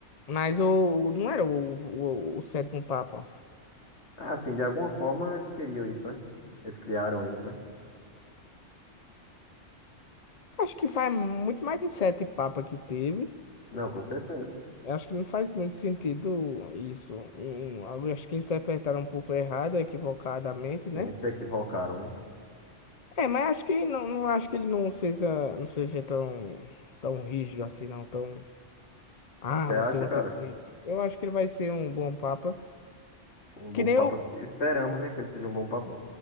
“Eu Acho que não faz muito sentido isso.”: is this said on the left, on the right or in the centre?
Left